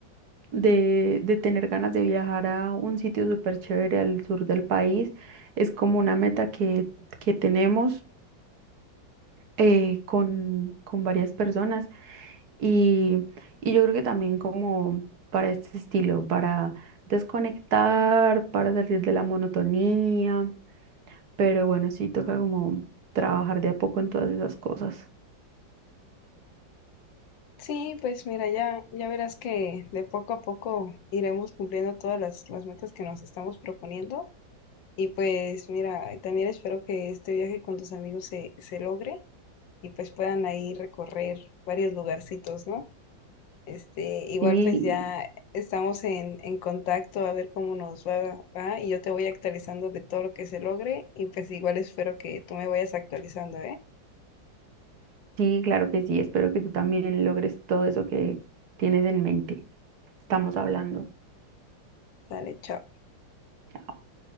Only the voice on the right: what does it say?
de, de tener ganas de viajar a un sitio súper chévere al sur del país. Es como una meta que, que tenemos eh, con, con varias personas. Y, y yo creo que también como para este estilo, para desconectar, para salir de la monotonía, pero bueno, sí toca como trabajar de a poco en todas esas cosas.
Sí,
sí, claro que sí, espero que tú también logres todo eso que tienes en mente. Estamos hablando.
Chao.